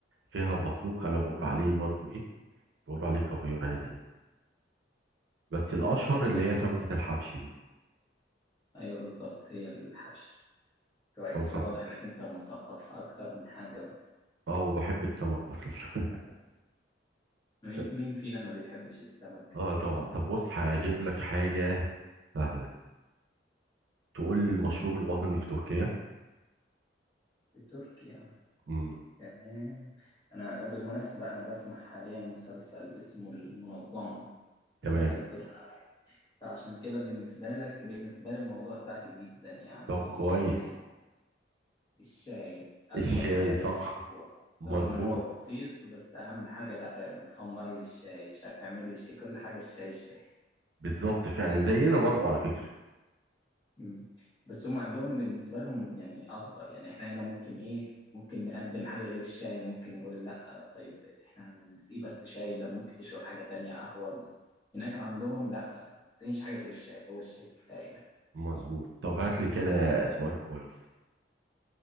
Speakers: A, on the right; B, on the left.
A: فيها بطروق انا بقول عليه برضو ايه بقول عليه كافيار عادي يعني. بس الاشهر
B: تمام
A: اللي هي سمكة الحبش دي
B: ايوه بالظبط هي الحبش كويس
A: خلاص
B: الواضح
A: انا
B: انك انت مثقف في اكتر من حاجة
A: اه وبحب السمك اصلا
B: مين
A: <laughs>
B: مين فينا ما بيحبش السمك
A: اه طبعا طب بص هجيب لك حاجة سهلة تقول لي المشروب الوطني في تركيا
B: بتركيا
A: امم
B: تمام انا بالمناسبة انا بسمع حاليا مسلسل اسمه المنظمة مسلسل
A: تمام
B: تركي فعشان كده بالنسبة لك بالنسبة لي الموضوع سهل جدا يعني
A: طب كويس
B: الشاي الشاي اكتر
A: الشاي
B: حاجة بيحبوها
A: صح مظبوط
B: رغم ان هو بسيط بس اهم حاجة لا خمر لي الشاي مش عارف يعمل لي الشاي كل حاجة الشاي الشاي
A: بالظبط فعلا زينا برضو على فكرة
B: مم. بس هم عندهم بالنسبة لهم يعني أفضل يعني إحنا هنا ممكن إيه ممكن نقدم حاجة غير الشاي يعني ممكن نقول لأ طيب إحنا هنسقيه بس شاي ده ممكن تشرب حاجة تانية قهوة هناك عندهم لأ ما تسقيش حاجة غير الشاي هو الشاي كفاية يعني.
A: مظبوط طب هات لي كده سؤال كويس